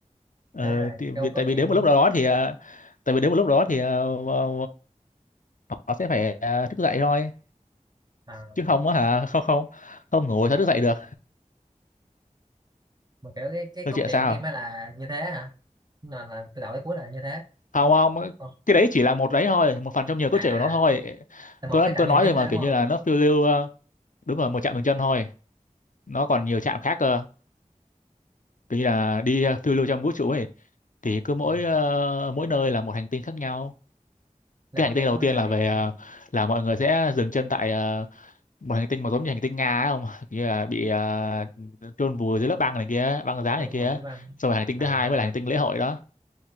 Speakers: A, on the left; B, on the right.
A: ờ,
B: thế là
A: thì,
B: cái
A: vì,
B: câu câu
A: tại vì
B: chuyện
A: đến một lúc nào đó thì ờ, tại vì đến một lúc đó thì ờ, ờ, họ sẽ phải ờ, thức dậy thôi
B: à,
A: chứ không á hả không không không ngủ thì thức dậy được
B: mà kiểu cái cái
A: câu
B: cốt
A: chuyện
B: truyện
A: sao
B: game ấy là như thế hả là, là từ đầu tới cuối là như thế
A: không không
B: Ồ,
A: cái đấy chỉ là một đấy thôi một phần trong nhiều câu
B: à
A: chuyện
B: à,
A: của nó thôi
B: là một
A: tôi
B: cái trạm
A: tôi nói
B: dừng chân
A: rồi mà
B: thôi đúng
A: kiểu như
B: không
A: là nó phiêu lưu ờ, đúng là một
B: ừ,
A: chạm dừng chân thôi nó còn nhiều chạm khác cơ kiểu như là đi ờ, phiêu lưu trong vũ trụ ấy thì cứ mỗi
B: ừ.
A: ờ, mỗi nơi là một hành tinh khác nhau
B: là
A: cái
B: mỗi
A: hành tinh
B: sẽ
A: đầu
B: có cái
A: tiên
B: sự
A: là
B: kiện
A: về ờ, là mọi người sẽ dừng chân tại ờ, một hành tinh mà giống như hành tinh Nga ấy không kia là bị uh, chôn vùi dưới lớp băng này kia băng giá này
B: trong
A: kia
B: vườn với băng
A: xong rồi hành tinh
B: à
A: thứ hai mới là hành tinh lễ hội đó